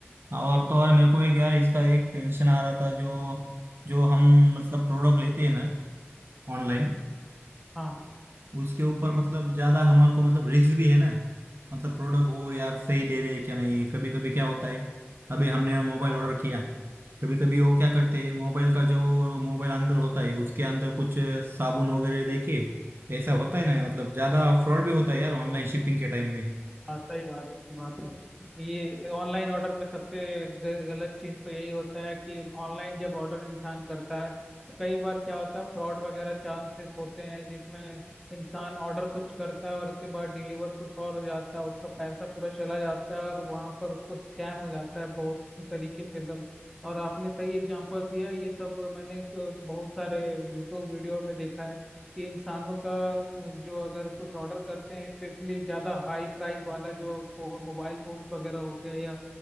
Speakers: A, on the right (about 55°); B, in the centre.
A: और तो और मेरे को एक यार इसका एक टेंशन आ रहा था जो जो हम मतलब प्रोडक्ट लेते हैं ना ऑनलाइन
B: हाँ
A: उसके ऊपर
B: जी
A: मतलब ज्यादा हमारे को मतलब रिस्क भी है ना मतलब प्रोडक्ट ओ यार सही दे रहे हैं क्या नहीं कभी कभी क्या होता है अभी हमने मोबाइल ऑर्डर किया कभी कभी वो क्या करते हैं मोबाइल का जो मोबाइल अंदर होता है उसके अंदर कुछ साबुन वगैरह लेके ऐसा होता है ना मतलब ज्यादा फ्रॉड भी होता है यार ऑनलाइन शिपिंग के टाइम में
B: हाँ सही बात इसकी बात है ये ऑनलाइन ऑर्डर में सबसे ग- गलत चीज़ तो यही होता है कि ऑनलाइन जब ऑर्डर इंसान करता है तो कई बार क्या होता है फ्रॉड वगैरह चांसेस होते हैं जिसमें इंसान ऑर्डर कुछ करता है और उसके बाद डिलीवर कुछ और हो जाता है उसका पैसा पूरा चला जाता है और वहाँ पर उसको स्कैम हो जाता है बहुत तरीके से एकदम और आपने सही एग्जांपल दिया ये सब मैंने अ, बहुत सारे यूट्यूब वीडियो में देखा है कि इंसानों का अ, जो अगर कुछ ऑर्डर करते हैं स्पेशली ज़्यादा हाई प्राइस वाला जो फो, मोबाइल फोन वगैरह हो गया या